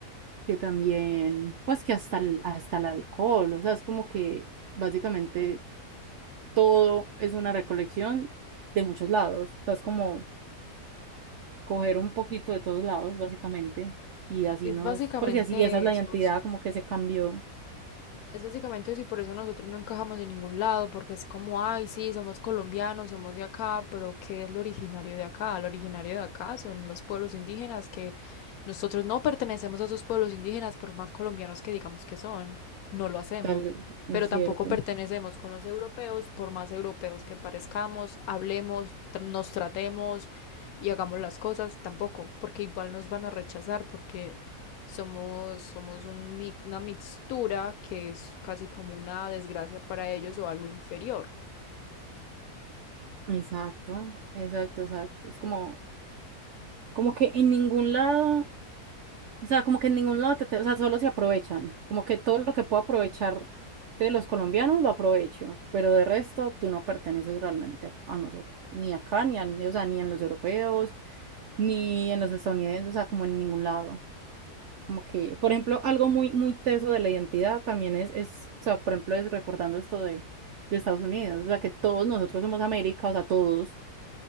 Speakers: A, on the right; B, on the left.
A: que también, pues que hasta el, hasta el alcohol, o sea, es como que básicamente todo es una recolección de muchos lados, o sea, es como coger un poquito de todos lados, básicamente, y así
B: Es
A: nos,
B: básicamente
A: pues y así esa es la
B: eso,
A: identidad
B: sí.
A: como que se cambió,
B: Es básicamente eso y por eso nosotros no encajamos en ningún lado, porque es como, ay, sí, somos colombianos, somos de acá, pero ¿qué es lo originario de acá? Lo originario de acá son los pueblos indígenas que nosotros no pertenecemos a esos pueblos indígenas, por más colombianos que digamos que son, no lo hacemos,
A: tal, es
B: pero tampoco
A: cierto.
B: pertenecemos con los europeos, por más europeos que parezcamos, hablemos, tr- nos tratemos y hagamos las cosas, tampoco, porque igual nos van a rechazar, porque somos, somos un mi- una mixtura que es casi como una desgracia para ellos o algo inferior.
A: Exacto, exacto, exacto. Es como, como que en ningún lado O sea, como que en ningún lado, te, te- o sea, solo se aprovechan. Como que todo lo que puedo aprovechar de los colombianos lo aprovecho, pero de resto tú no perteneces realmente a nosotros, ni acá, ni, a- ni, o sea, ni en los europeos, ni en los estadounidenses, o sea, como en ningún lado. Como que, por ejemplo, algo muy, muy teso de la identidad también es, es, o sea, por ejemplo, es recordando esto de, de Estados Unidos, o sea, que todos nosotros somos América, o sea, todos